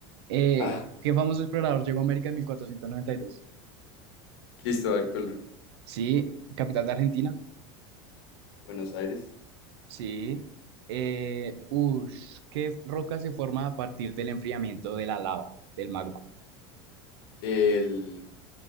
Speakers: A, on the right; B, on the left.
A: Eh,
B: Ah,
A: ¿qué famoso explorador llegó a América en 1492?
B: Cristóbal Colón,
A: Sí, capital de Argentina.
B: Buenos Aires.
A: Sí. Eh, ush, ¿qué roca se forma a partir del enfriamiento de la lava, del magma?
B: El